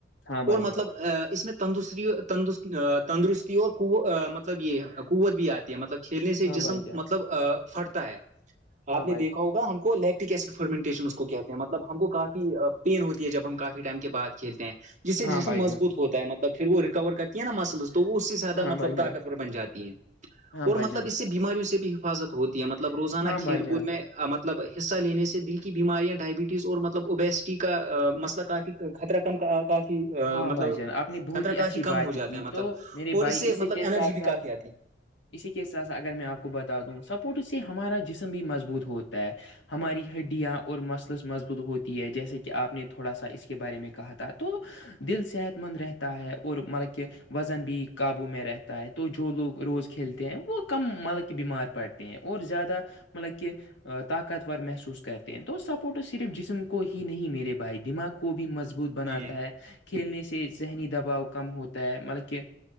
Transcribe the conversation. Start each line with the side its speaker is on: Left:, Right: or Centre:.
Left: ہاں بھائی
Right: اور مطلب
Left: جان
Right: اس میں تندرستی تندست تندرستی اور مطلب یہ قوت بھی آتی ہے مطلب کھیلنے سے
Left: ہاں
Right: جسم
Left: بھائی جان
Right: مطلب پھٹتا ہے
Left: ہاں
Right: آپ نے دیکھا ہوگا ہم کو لییکٹک ایسڈ فرمنٹیشن اس کو کہتے ہیں مطلب ہم کو کافی پین ہوتی ہے جب ہم کافی ٹائم کے بعد کھیلتے ہیں جسے جسے
Left: بھائی
Right: مضبوط
Left: جان
Right: ہوتا ہے مطلب پھر وہ ریکور کرتی ہے نا مسلز تو وہ زیادہ
Left: ہاں
Right: مطلب
Left: بھائی جان
Right: طاقتور بن جاتی ہے
Left: ہاں
Right: اور
Left: بھائی
Right: مطلب
Left: جان
Right: اس سے بیماریوں سے بھی حفاظت ہوتی ہے مطلب روزانہ
Left: ہاں
Right: کھیل
Left: بھائی جان ہاں بھائی جان
Right: کود میں مطلب حصہ لینے سے دل کی بیماریاں ڈائبٹیز اور مطلب اوبیسٹی کا مسئلہ کافی خطرہ کم کافی
Left: ہاں
Right: مطلب
Left: بھائی جان آپ نے بہت
Right: خطرہ
Left: ہی
Right: کافی
Left: اچھی بات
Right: کم ہو جاتا
Left: کی
Right: ہے مطلب
Left: تو میرے
Right: اور
Left: بھائی
Right: اس سے
Left: اسی
Right: مطلب
Left: کے
Right: انرجی
Left: ساتھ
Right: بھی
Left: ساتھ
Right: کافی آتی ہے
Left: اسی کے ساتھ اگر میں آپ کو بتا دوں سپورٹس سے ہمارا جسم بھی مضبوط ہوتا ہے ہماری ہڈیاں اور مثلس مضبوط ہوتی ہے جیسے کہ آپ نے تھوڑا سا اس کے بارے میں کہا تھا تو دل صحت مند رہتا ہے اور مطلب کہ وزن بھی قابو میں رہتا ہے تو جو لوگ روز کھیلتے ہیں وہ کم ملک کے بیمار پڑتے ہیں اور زیادہ مطل کہ طاقتور محسوس کرتے ہیں تو سپورٹ صرف جسم کو ہی نہیں میرے بھائی دماغ کو بھی مضبوط بناتا
Right: جی
Left: ہے کھیلنے سے ذہنی دباؤ کم ہوتا ہے مطلب کہ